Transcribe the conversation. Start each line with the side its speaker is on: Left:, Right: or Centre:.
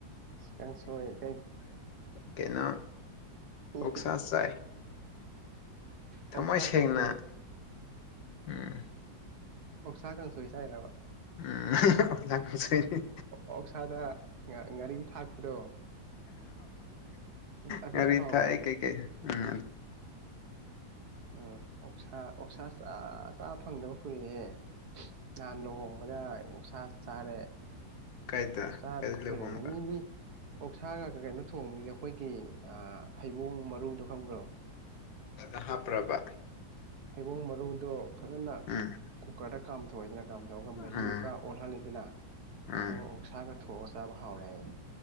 Right: ꯀꯥꯡꯁꯣꯏ ꯀꯩ
Left: ꯀꯩꯅꯣ
Right: ꯎ
Left: ꯑꯣꯛꯁꯥ ꯆꯥꯏ ꯊꯃꯣꯏ
Right: ꯑꯣꯛꯁꯥ
Left: ꯁꯦꯡꯅ
Right: ꯀꯥꯡꯁꯣꯏ
Left: ꯎꯝ
Right: ꯑꯣꯛꯁꯥ ꯀꯥꯡꯁꯣꯏ ꯆꯥꯏꯔꯕ
Left: ꯎꯝ ꯑꯣꯛꯁꯥ ꯀꯥꯡꯁꯣꯏꯅꯤ.
Right: ꯑꯣꯛꯁꯥꯗ ꯉꯥꯔꯤ ꯊꯥꯛꯄꯗꯣ ꯑꯗꯨꯁꯨ
Left: ꯉꯥꯔꯤ
Right: ꯍꯥꯎꯕꯅꯤꯅꯦ
Left: ꯊꯥꯛꯑꯦ ꯀꯩ ꯀꯩ ꯎꯝ
Right: ꯎꯝ ꯑꯣꯛꯁꯥ ꯑꯣꯛꯁꯥ ꯆꯥ ꯆꯥ ꯐꯪꯗꯕ ꯀꯨꯏꯔꯦꯍꯦ ꯅꯍꯥꯟ ꯂꯨꯍꯣꯡꯕꯗ ꯑꯣꯛꯁꯥ ꯆꯥꯔꯦ
Left: ꯀꯥꯏꯗ
Right: ꯑ ꯆꯥꯗꯕ
Left: ꯀꯥꯏꯗ ꯂꯨꯍꯣꯡꯕ
Right: ꯀꯣꯏꯔꯦꯅꯦ ꯃꯤꯗꯤ ꯑꯣꯛꯁꯥꯒ ꯀꯩꯅꯣ ꯊꯣꯡꯕꯅꯤꯅ ꯑꯩꯈꯣꯏꯒꯤ ꯍꯩꯕꯣꯡ ꯃꯔꯨꯗꯣ ꯈꯪꯕ꯭ꯔꯣ
Left: ꯑ ꯍꯥꯞꯄ꯭ꯔꯚ
Right: ꯍꯩꯕꯣꯡ ꯃꯔꯨꯗꯣ ꯐꯖꯅ
Left: ꯎꯝ
Right: ꯀꯨꯀꯔꯗ ꯀꯥꯝꯊꯣꯛꯑꯦꯗꯅ ꯀꯝ ꯇꯣꯛꯑꯒ
Left: ꯎꯝ
Right: ꯃꯍꯤ ꯄꯨꯔꯥ ꯑꯣꯜꯍꯜꯂꯤꯗꯅ
Left: ꯎꯝ
Right: ꯑꯗꯨꯒ ꯑꯣꯛꯁꯥꯒ ꯊꯣꯛꯑꯒ ꯆꯥꯕ ꯍꯥꯎꯋꯦ ꯍꯥꯏꯌꯦ